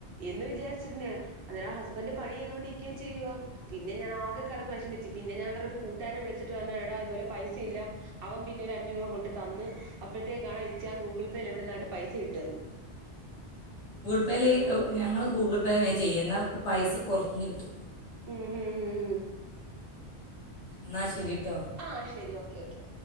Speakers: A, on the right (about 65°); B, on the left (about 80°).
A: എന്ന് വിചാരിച്ചിരുന്നയാ അന്നരം ഹസ്ബൻഡ് പണി ചെയ്തോണ്ട് നിക്കുവേം ചെയ്യുവോ പിന്നെ ഞാൻ ആകെ കെടന്ന് വിഷമിച്ച് പിന്നെ ഞാൻ പറഞ്ഞ് ഒരു കൂട്ടാരനെ വിളിച്ചിട്ട് പറഞ്ഞ് എടാ ഇതുപോലെ പൈസയില്ല അവൻ പിന്നെ ഒരു അഞ്ഞൂറ് കൊണ്ട് തന്ന് അപ്പഴത്തേക്കാണ് ഇച്ചാൻ ഗൂഗിൾ പേയിൽ എവിടിന്നാണ്ട് പൈസ ഇട്ട് തന്ന്
B: വെല് ഒ ഞങ്ങള് ഗൂഗിൾ പേയ്ന്നങ്ങ് ചെയ്യ എന്നാ പൈസ കുറഞ്ഞ് കിട്ടും
A: ഉം ഹു ഹു ഹു
B: എന്നാ ശരീട്ടോ
A: ആഹ് ശരി ഓക്കേ ഓക്കേ